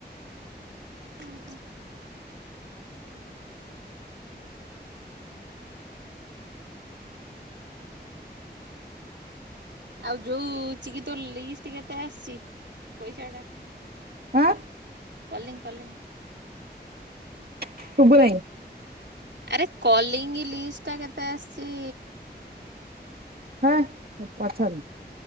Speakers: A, on the right; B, on the right.
A: ଉଁ ହୁଁ। ଆଉ ଯୋଉ ଚିକି ତୋ ଲିଷ୍ଟ କେତେ ଆସିଚ ପଇସା ଟା
B: ଆଁ।
A: Calling calling.
B: ଶୁଭୁ ନେଇ।
A: ଆରେ କଲିଙ୍ଗ୍ ଲିଷ୍ଟ୍ ଟା କେତେ ଆସିଛି।
B: ହେ ପଛାରନି